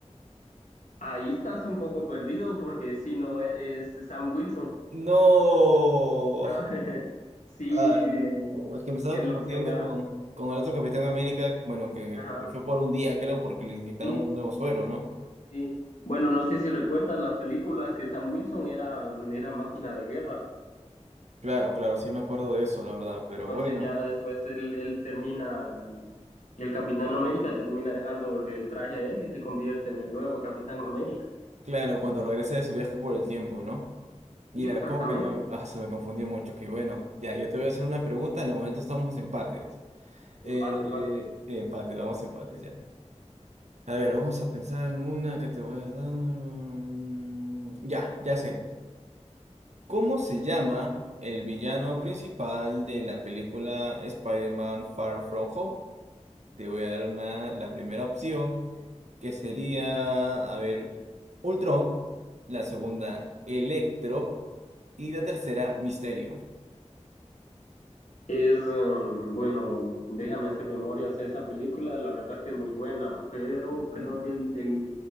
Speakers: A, on the left; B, on the right.
A: Ahí estás un poco perdido porque si no es es Sam Wilson.
B: No.
A: Ah, <laughs> sí,
B: Ay, no. Es que me estaba
A: es
B: confundiendo
A: la opción A.
B: con, con el otro Capitán América, bueno, que,
A: Ajá,
B: que fue por un día, creo, porque le inyectaron
A: sí,
B: un nuevo suero, ¿no?
A: sí. Bueno, no sé si recuerdas las películas que Sam Wilson era, era máquina de guerra.
B: Claro, claro, sí me acuerdo de eso, la verdad. Pero
A: Entonces
B: bueno,
A: ya después él, él termina, el Capitán América termina dejándole el traje a él y se convierte en el nuevo Capitán América.
B: claro, cuando regrese de su viaje por el tiempo, ¿no? Mira,
A: Sí, exactamente.
B: como que no. Ah, se me confundió mucho. Que bueno, ya, yo te voy a hacer una pregunta. De momento estamos empates. Eh,
A: Empate, empate.
B: eh, empates, vamos empates ya. A ver, vamos a pensar en una que te voy a dar. mm, Ya, ya sé. ¿Cómo se llama el villano principal de la película Spider-Man Far From Home? Te voy a dar una- la primera opción, que sería, a ver, Ultron, la segunda, Electro y la tercera, Misterio.
A: Es, mm, bueno, déjame hacer memorias. Esa película, la verdad que es muy buena, pero creo
B: ¿Mm?
A: que el, el,